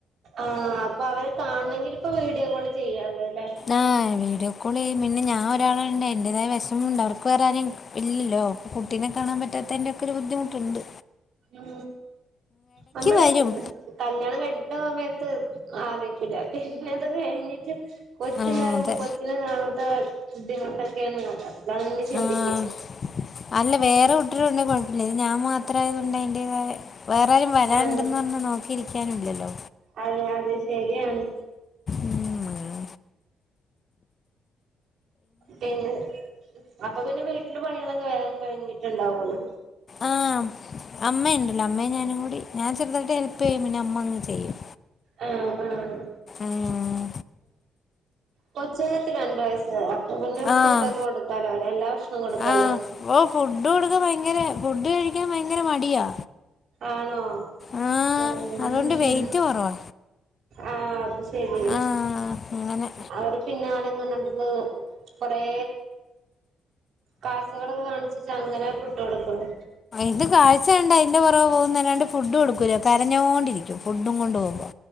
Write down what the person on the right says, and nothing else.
ആഹ് അപ്പൊ അവരെ കാണണെങ്കിലി പ്പൊ വീഡിയോ കോള് ചെയ്യാലോ ല്ലേ?
ഉം. നമ്മള്.
കല്യാണം കഴിക്കിന്ന സമയത്ത് ആലോയിക്കുല, പിന്നത് കഴിഞ്ഞിട്ട്, കൊച്ചിണ്ടാകുമ്പോ
കൊച്ചിന കാണാത്ത ബുദ്ധിമുട്ടൊക്കെയ <unintelligible> ചിന്തിക്ക
ആഹ്
അതെ അതെ ശരിയാന്ന്.
പിന്നെ? അപ്പൊ പിന്നെ വീട്ടില് പണികളൊക്കെ വേഗം കഴിഞ്ഞിട്ട്ണ്ടാവല്ലോ.?
ആഹ് ആഹ്.
കൊച്ചു നേത്രാ രണ്ടു വയസ്. അപ്പൊ പിന്നെ
ഫുഡോക്കെ കൊടുക്കാലോ ല്ലെ? എല്ലാ ഭക്ഷണോം കൊടുക്കാലോ?
ആണോ
ഏഹ്
<unintelligible>
ആഹ്അത് ശരി
അവര് പിന്നാനങ്ങ മൻസിലാവ കൊറേ. കായ്ച്ചകള് കാണിച്ച്അങ്ങനെ ഫുഡ് കൊടുക്കുന്നു.